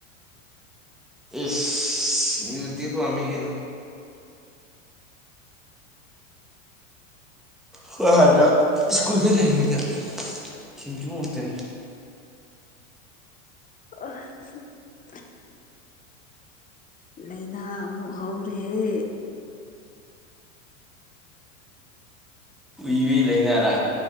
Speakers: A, in the centre; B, on the left (about 20°).
A: ꯏꯁ ꯃꯌꯨꯗꯤ ꯄꯃꯤꯒꯤꯅ ꯍꯣꯏ ꯍꯥꯏꯥꯟꯅ ꯁ꯭ꯀꯨꯜꯗ ꯂꯩꯔꯤꯉꯩꯗ ꯊꯤꯟꯖꯨꯃꯛꯇꯅꯤ
B: ꯑꯣ ꯂꯥꯏꯅꯥ ꯑꯃꯨꯛ ꯍꯧꯔꯦꯍꯦ
A: ꯎꯏꯕꯤ ꯂꯩꯅꯥꯔꯥ